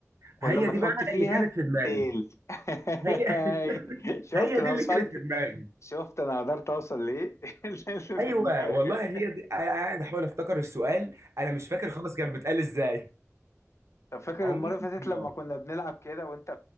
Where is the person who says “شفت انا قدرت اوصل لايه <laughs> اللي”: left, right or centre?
Left